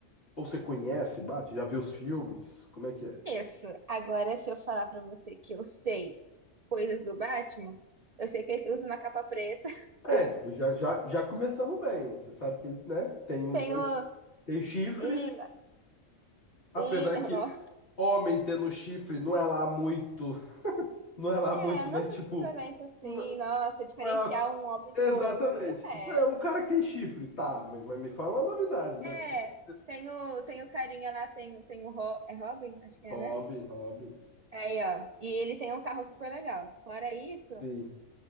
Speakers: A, on the left; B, on the right.
A: Ou você conhece Batman? Já viu os filmes? Como é que é?
B: isso. Agora, se eu falar pra você que eu sei coisas do Batman, eu sei que ele usa uma capa preta. <laughs>
A: É, tipo, já, já, já começamos bem. Você sabe que ele, né, tem um,
B: Tenho.
A: dois, tem chifre,
B: E,
A: apesar
B: e,
A: que
B: não.
A: homem tendo chifre não é lá muito, não é lá
B: É,
A: muito,
B: não
A: né?
B: é
A: Tipo,
B: muito diferente assim.
A: não
B: Nossa, diferenciar
A: não é uma
B: um homem
A: Exatamente.
B: do outro. Não é.
A: Tipo, é um cara que tem chifre. Tá, me- mas me fala uma novidade, né?
B: É.
A: Pelo amor
B: Tem o, tem o carinha lá, tem, tem o Ro, é Robin, acho
A: de-
B: que
A: Robin,
B: é, né?
A: Robin.
B: Aí, ó. E ele tem um carro super legal. Fora isso,
A: Sim.